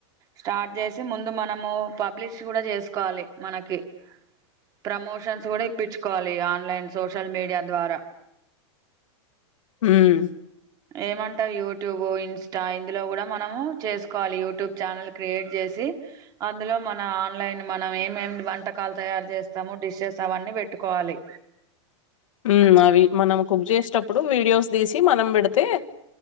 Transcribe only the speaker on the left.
హ్మ్మ్
హ్మ్మ్ అవి మనం కుక్ చేసేటప్పుడు వీడియోస్ తీసి మనం పెడితే